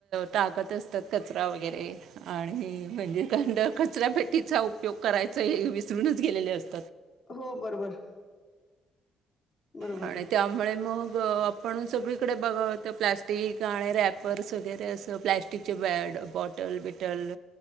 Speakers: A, on the right (about 75°); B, on the left (about 45°).
A: ताकत असतात कचरा वगैरे आणि म्हणजे खरतर कचरापट्टीचा उपयोग करायचा हे विसरूनच गेलेले असते
B: हो बरोबर बरोबर
A: आणि
B: आहे
A: त्यामुळे मग आपण सगळी इकडे बघावं तर प्लास्टिक आणि रॅपरस वगैरे असं प्लॅस्टिकचे बॅड बॉटल बिटल